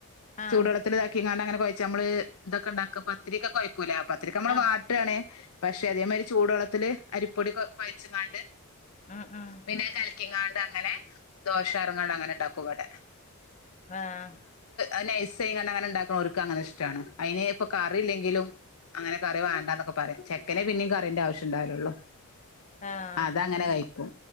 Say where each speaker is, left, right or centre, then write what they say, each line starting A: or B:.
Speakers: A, on the left; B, on the left.
A: ആഹ്
B: ചൂടുവെള്ളത്തിലിതാക്കിങ്ങാണ്ട് അങ്ങനെകൊയ് ഞമ്മള് ഇതൊക്കിണ്ടാക്ക പത്തിരിയൊക്കെ കൊയ്ക്കൂലേ പത്തിരിക്കമ്മള്
A: ആഹ്
B: വാട്ടെണ് പഷെ അതേമാതിരി ചൂടുവെള്ളത്തില് അരിപ് പൊടി കൊ കൊയ്ച്ച്ങ്ങാണ്ട്
A: ഉം ഉം
B: പിന്നെ കലക്കിക്കാൺ അങ്ങനെ ദോഷാറങ്ങണനങ്ങ നു ണ്ടാക്കു ഇവിടെ
A: ആഹ്
B: അയ്നൈസ്സയിങ്ങണ്ട് അങ്ങന ഉണ്ടാക്കണ ഓര്ക്ക് അങ്ങനെ ഇഷ്ട്ടാണ് അയ്ന് ഇപ്പ കറി ഇല്ലെങ്കിലും അങ്ങനെ കറി വേണ്ടാന്നൊക്കെ പറയും ചെക്കനെ പിന്നേംകറീന്റെ ആവശ്യണ്ടാവലൊള്ളൂ
A: ആഹ്
B: അതഅങ്ങന കയ്പ്പും